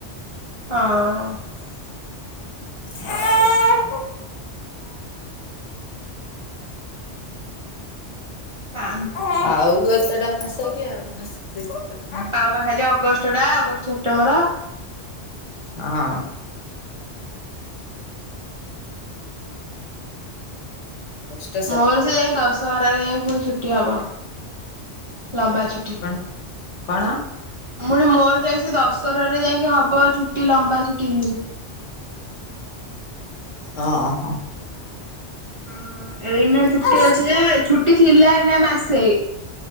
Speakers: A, on the right (about 50°); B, on the left (about 85°).
A: ହଁ
B: <inaudible>
A: <unintelligible>
B: ଆଉ କେତେଟା ମାସ କି ଆଉ ମାସେ ଦି ମାସ
A: ଆଉ ପା ଖାଲି ଅଗଷ୍ଟ ଟା ଅଗଷ୍ଟ, ସେପ୍ଟେମ୍ବର।
B: ହଁ କଷ୍ଟ ସେତେ
A: ମୋର ସେ ଯାଇଁ ଦଶହରାରେ ଯାଇକି ପୁଣି ଛୁଟି ହବ। ଲମ୍ବା ଛୁଟି
B: କଣ କଣ?
A: ପୁଣି ମୋର ଯାଇ ସେ ଦଶହରାରେ ଯାଇକି ହବ ଛୁଟି ଲମ୍ବା ଛୁଟି।
B: ଅ ହଁ
A: ହୁଁଉ ଏଇନେ ଛୁ
B: ହଁ
A: ଟି ଅଛି ଯେ ଛୁଟି ଥିଲା ଏଇନା ମାସେ।